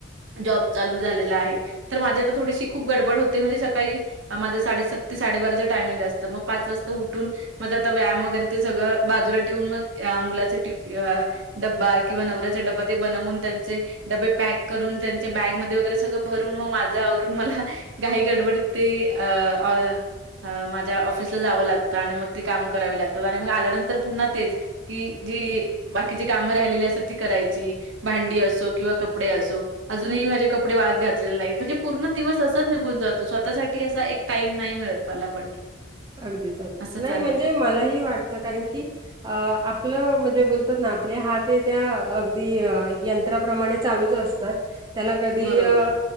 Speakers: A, on the right; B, on the right.
A: जॉब चालू झालेलं आहे. तर माझी आता थोडीशी खूप गडबड होते म्हणजे सकाळी. माझं साडेसात ते साडेबाराचं टायमिंग असतं मग पाच वाजता उठून माझा तर व्यायाम वगैर ते सगळं बाजूला ठेवून मग या मुलाचे टिफी या डब्बा किंवा नवऱ्याचा डब्बा ते बनवून त्यांचे डबे पॅक करून त्यांच्या बॅगमध्येध्ये वगैरे सगळं भरून मग माझं आवरून मला काही गडबडीत ते अ माझ्या ऑफिसला जावं लागतं आणि मग ते काम करावी लागतात आणि मग आल्यानंतर पुन्हा तेच की जी. बाकीची कामं राहिलेली असतात ती करायची भांडी असो किंवा कपडे असो. अजूनही माझे कपडे वाहत घातलेले, नाहीत म्हणजे पूर्ण दिवस असाच निघून जातो स्वतःसाठी असा एक. टाईम नाही मिळत मला पण.
B: अगदीच अगदी
A: असंच
B: नाही
A: आहे.
B: म्हणजे मलाही वाटतं कारण की. अ आपलं म्हणजे बोलतात ना आपले हात त्या अगदी यंत्राप्रमाणे चालूच असत उगाच त्याला कधी
A: बरोबर,
B: अ.